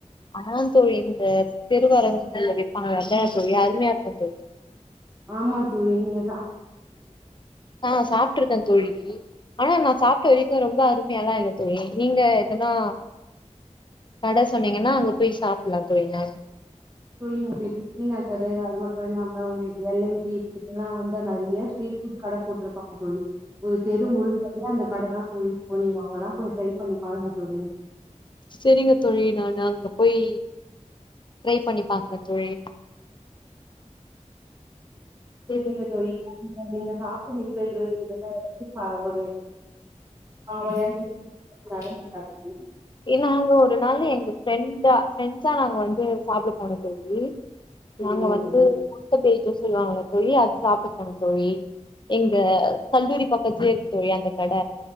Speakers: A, on the left (about 40°); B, on the right (about 20°).
A: அதா தோழி இந்த தெருவரகு விப்பாங்க அத்தா தோழி அருமையார்க்கூ தோழி
B: ஆமா தோழி நீங்க ஸ்
A: ஆ சாப்ட்ருக்கே தோழி ஆனா நா சாப்ட்ட வரைக்கு ரொம்ப அருமையாலா இல்ல தோழி நீங்க எதுனா கட சொன்னீங்கனா அங்க போய் சாப்லா தோழி நாங்
B: தோழி உங்குளுக்கு சீனக்கரு அது மட்டு இல்லாம உங்குளுக்கு எல் ஐ சி இதிக்லா வந் நெறைய ஸ்ட்ரீட் ஃபுட் கட போட்ருப்பாங்க தோழி ஒரு தெரு முழுக்கவே அந்த கட தா தோழி கொழிவாங் அத்லா போய் ட்ரை பண்ணி பாருங்க தோழி
A: செரிங்க தோழி நானு அங்க போய் டரை பண்ணி பாக்ற தோழி <inaudible>
B: செரிங்க தோழி நீங்க சாப்ட்ட நிகழ்வு இதெல்லா எனக்கு பா ஒரு காமெடியான நிகழ்வு நடந்து காட்டுங்க
A: எ நாங்க ஒரு நாளு எங்க ஃப்ரெண்ட் சா ஃப்ரெண்ட்ஸா நாங்க வந்து சாப்ட போனோ தோழி நாங்க
B: செரிங்க
A: வந்து
B: தோழி
A: முட்ட பேஜோஸ் சொல்லுவாங்கல தோழி அது சாப்ட போனோ தோழி எங்க கல்லூரி பக் கத்லே இருக்கு தோழி அந்த கட